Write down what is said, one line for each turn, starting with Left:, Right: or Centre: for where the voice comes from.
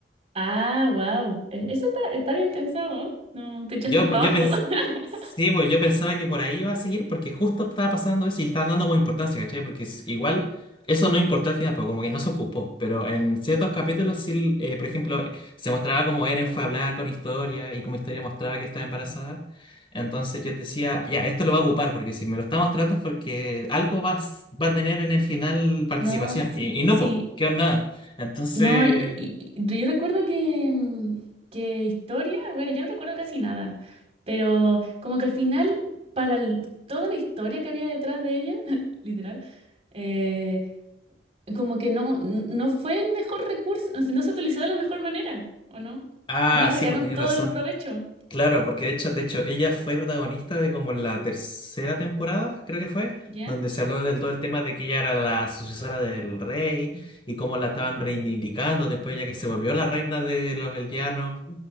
Right: Ah, wow. Eso está, está bien pensado. No, te echaste
Left: Yo,
Right: para abajo.
Left: yo pens-
Right: <laughs>
Left: sí, pues yo pensaba que por ahí iba a seguir porque justo estaba pasando eso y le estaban dando como importancia, ¿cachai? Porque es- igual eso no importó al final, pero como que no se ocupó. Pero en ciertos capítulos sí, eh, por ejemplo, se mostraba como Eren fue a hablar con Historia y como Historia mostraba que estaba embarazada. Entonces yo decía, ya, esto lo va a ocupar porque si me lo está mostrando es porque algo va, a s- va a tener en el final participación.
Right: No, sí,
Left: Y, y no,
Right: sí.
Left: pues, quedó en nada. Entonces,
Right: No, y- y- y yo recuerdo que, mm, que historia, bueno, ya no recuerdo casi nada, pero como que al final, para el- toda la historia que había detrás de ella, <laughs> literal, eh, como que no, n- no fue el mejor recurso, o sea, no se utilizó de la mejor manera, ¿o no?
Left: ah,
Right: No le sacaron
Left: sí, pues tenías
Right: todo
Left: razón.
Right: el provecho,
Left: Claro, porque de hecho, de hecho, ella fue protagonista de como la tercera temporada, creo que fue,
Right: ¿ya?
Left: donde se habló del todo el tema de que ella era la sucesora del rey y cómo la estaban reivindicando después ya que se volvió la reina de los Eldianos.